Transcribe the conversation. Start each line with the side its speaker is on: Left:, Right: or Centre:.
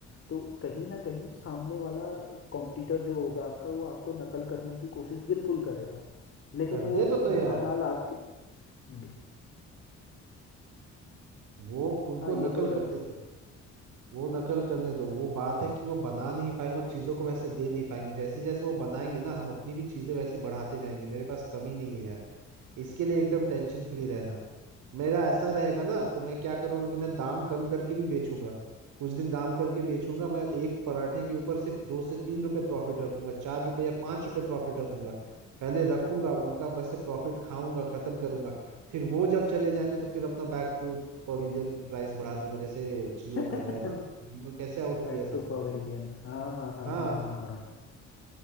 Left: तो कहीं ना कहीं सामने वाला कॉम्पिटिटर जो होगा आपका वो आपको नकल करने की कोशिश बिल्कुल करेगा लेकिन
Right: कर
Left: वो
Right: दे दो ना
Left: वो
Right: यार
Left: कमाल आपके हम्म
Right: वो उनको
Left: हाँ ये
Right: नकल
Left: तो है
Right: करने दो वो नकल करने दो वो बात है कि वो बना नहीं पाएंगे और चीजों को वैसे दे नहीं पाएंगे जैसे जैसे वो बनाएंगे ना हम अपनी भी चीजें वैसी बढ़ाते जाएंगे मेरे पास कमी नहीं है यार इसके लिए एकदम टेंशन फ्री रहना मेरा ऐसा रहेगा ना तो मैं क्या करूंगा कि मैं दाम कम करके भी बेचूंगा कुछ दिन दाम करके बेचूंगा मैं एक पराठे के ऊपर सिर्फ दो से तीन रुपए प्रॉफिट रखूंगा चार रुपए या पांच रुपए प्रॉफिट रखूंगा पहले रखूंगा उनका वैसे प्रॉफिट खाऊंगा खत्म करूंगा फिर वो जब चले जाएंगे तो फिर अपना बैक टू पवेलियन प्राइस बढ़ा दूंगा जैसे जियो
Left: <laughs>
Right: कर रहा है ना जियो कैसे आउट किया
Left: बैक
Right: सबको
Left: टू पवेलियन हाँ हाँ हाँ
Right: हाँ
Left: हाँ हाँ हाँ